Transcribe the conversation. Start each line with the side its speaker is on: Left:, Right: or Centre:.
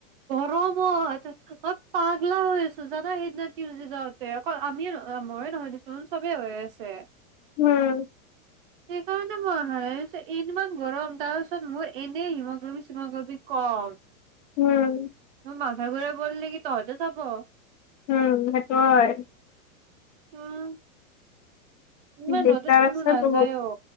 Right: গৰম। মই <unintelligible> মই পাগলা হৈ আছোঁ জানা সেইদিনা টিউজডে যাওঁতে, অকল আমিয়ে <unintelligible> মইয়ে নহয় দেছোন চবেই হৈ আছে।
Left: উম।
Right: সেইকাৰণে মই আহা নাই, <unintelligible> ইমান গৰম। তাৰ পিছত মোৰ এনেই হিমোগ্ল'বিন ছিমোগ্ল'বিন কম।
Left: উম।
Right: মোৰ মাথা ঘুৰাই পৰিলে কি তহঁতে চাব?
Left: উম' সেইটোও হয়।
Right: উম' ইমান
Left: দিগদাৰ
Right: ৰ'দত কোনো
Left: আছে
Right: নাযায়ও।
Left: বহুত